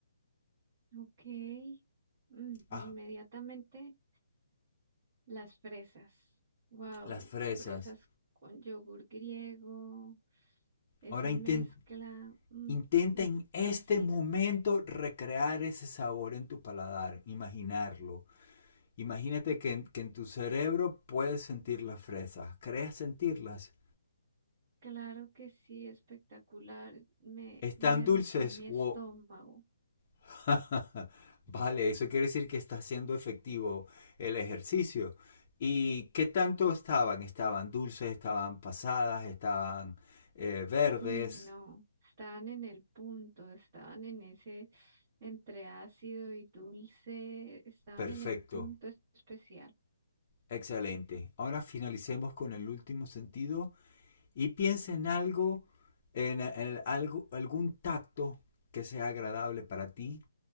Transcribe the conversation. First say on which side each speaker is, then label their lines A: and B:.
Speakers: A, on the right; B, on the left.
A: Ok. Mm,
B: Ah,
A: inmediatamente las fresas. Wow,
B: las fresas.
A: fresas con yogur griego. Esa
B: Ahora intenta
A: mezcla, mm,
B: Intenta
A: me
B: en este
A: fascina.
B: momento recrear ese sabor en tu paladar, imaginarlo. Imagínate que en, que en tu cerebro puedes sentir las fresas, crees sentirlas.
A: Claro que sí, espectacular. Me,
B: ¿Están
A: me
B: dulces?
A: rugió mi
B: ¡Wow!
A: estómago.
B: <laughs> vale, eso quiere decir que está siendo efectivo el ejercicio. ¿Y qué tanto estaban? Estaban dulces, estaban pasadas, estaban eh, verdes.
A: Y no, estaban en el punto, estaban en ese entre ácido y dulce, estaban
B: Perfecto,
A: en el punto especial.
B: excelente. Ahora finalicemos con el último sentido y piensa en algo, en, en algo, algún tacto que sea agradable para ti,